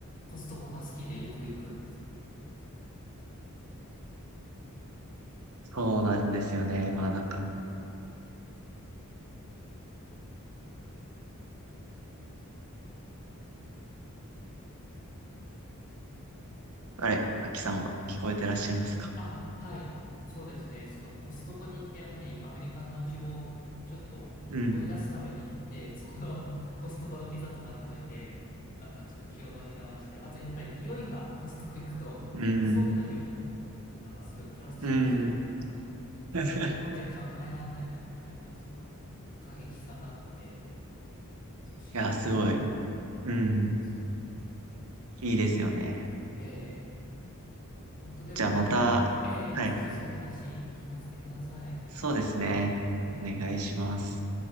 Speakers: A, on the left; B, on the right.
A: コストコが好きでよく行くんです。
B: そうなんですよね。まあなんか、あれ、さきさんは聞こえてらっしゃいますか
A: あ、はい。そうですね。そのコストコに行ってやっぱりアメリカの味をちょっと思い出すために行って、
B: うん。
A: そこの <laughs> コストコのピザとか食べて、なんかちょっと気を紛らわして、あとやっぱり匂いがコストコ行くと、
B: うん。
A: あれ倉庫の匂いだと思うんですけど、なんかすごいプラスチック臭というか、
B: うん。<laughs>
A: ちょっと日本じゃ考えらんないなみたいな感じの過激さがあって、
B: い
A: そういう刺激を求めてるんだと思
B: や、すごい。うん。
A: うんですよね。
B: いいですよね。
A: ええ、本当でも、
B: じゃあまた、
A: ええ、
B: はい。
A: ぜひそういう話聞かせてください。
B: そうですね。
A: はい。
B: お願いします。